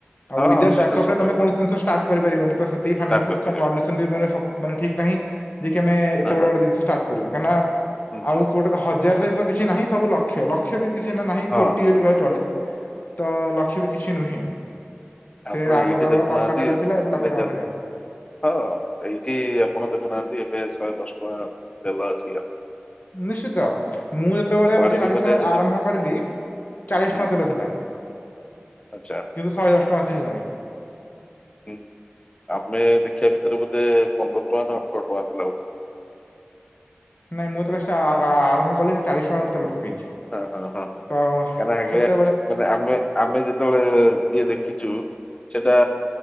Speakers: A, on the left (about 45°); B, on the left (about 25°).
A: ଆଉ
B: ହଁ
A: ୱିଦାଉଟ୍
B: ହଁ ସେଇଟା
A: ବ୍ୟାକଅପ
B: ସତ
A: ରେ ତମେ କୋଣସି
B: କଥା
A: ଜିନିଷ ଷ୍ଟାର୍ଟ କରି ପାରିବନି ଟା ସେତିକି <unintelligible>
B: ଷ୍ଟାର୍ଟ କରିପାରିବା
A: ଠିକ୍ ନାହିଁ ଯେ କି ଆମେ ଏତେ
B: ହଁ
A: ବଡ
B: ହଁ
A: ବଡ ଜିନିଷ ଷ୍ଟାର୍ଟ କରିବୁ କାହିଁକି ନା
B: ହୁଁ ହୁଁ
A: ଆଉ କୋଉଠେ ତ ହ ଜରେ ତ କିଛି ନାହିଁ ସବୁ ଲକ୍ଷ୍ୟ ଲକ୍ଷ୍ୟ ବି କିଛି ନା ନାହିଁ
B: ହଁ
A: ଖୋଟି
B: ହଁ
A: ବ ଚଳେ ତ ଲକ୍ଷ୍ୟ ବି କିଛି ଛି ନୁହେଁ।
B: ତାପଣ
A: ସେ ଆଗ
B: ଏଇଠି
A: କାଳର
B: ଦେଖୁନାହାନ୍ତି
A: ଟଙ୍କା ଟା ଯାହା
B: ସେ
A: ଥିଲା ଏବେ ଲକ୍ଷ ଟଙ୍କା ସେଇଆ।
B: ହଁ ଏଇଠି ଆପଣ ଦେଖୁନାହାନ୍ତି ଏବେ ଶହେ ଦଶ ଟଙ୍କା ତେଲ ଅଛି ଆପ
A: ନିଶ୍ଚିତ ମୁଁ ଯେତେବେଳେ
B: କୁଆଡେ
A: ବୋଧେ ଗାଡି
B: ବି ମାନେ
A: ଚ
B: ଯଦି
A: ଆରମ୍ଭ କରିଲି। ଚାଳିଶ
B: ହୁଁ
A: ଟଙ୍କା ତେଲ ଥିଲା
B: ଆଚ୍ଛା
A: କିନ୍ତୁ ଶହେ ଦଶ ଟଙ୍କା ଆସି ହେଲାଣି।
B: ହୁଁ ଆମେ ଦେଖିବା ଭିତରେ ବୋଧେ ପନ୍ଦର ଟଙ୍କା ନା ଅଠର ଟଙ୍କା ଥିଲା ବୋଧେ। <inaudible>
A: ନାଇଁ ମୁଁ ତ ଆରମ୍ଭ କଲି ଚାଳିଶ ଟଙ୍କା ତେଲ ପକେଇଛି
B: ହଁ ହଁ ହଁ ହଁ।
A: ତ
B: କାହିଁକିନା
A: ସେତେବେଳେ
B: ଆ ମାନେ ଆମେ ଆମେ ଯେତେବେଳେ ଇଏ ଦେଖିଛୁ। ସେଟା